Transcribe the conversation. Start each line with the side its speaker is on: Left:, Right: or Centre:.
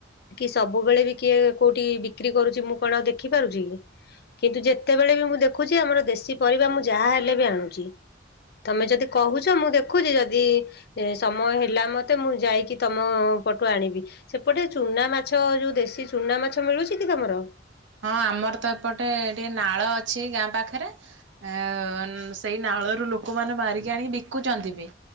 Left: କି ସବୁବେଳେ ବି କିଏ କୋଉଠି ବିକ୍ରି କରୁଚି ମୁଁ କଣ ଆଉ ଦେଖି ପାରୁଚି କି। କିନ୍ତୁ ଯେତେବେଳେ ବି ମୁଁ ଦେଖୁଚି ଆମର ଦେଶୀ ପରିବା ମୁଁ ଯାହା ହେଲେ ବି ଆଣୁଚି। ତମେ ଯଦି କହୁଚ ମୁଁ ଦେଖୁଛି ଯଦି ଏ ସମୟ ହେଲା ମତେ ମୁଁ ଯାଇକି ତମ ପଟୁ ଆଣିବି। ସେପଟେ ଚୁନା ମାଛ ଯୋଉ ଦେଶୀ ଚୁନା ମାଛ ମିଳୁଛି କି ତମର।
Right: ହଁ ଆମର ତ ଏପଟେ ଟିକେ ନାଳ ଅଛି ଗାଁ ପାଖେରେ। ଆ ସେଇ ନାଳରୁ ଲୋକମାନେ ମାରିକି ଆଣିକି ବିକୁଛନ୍ତି ବି।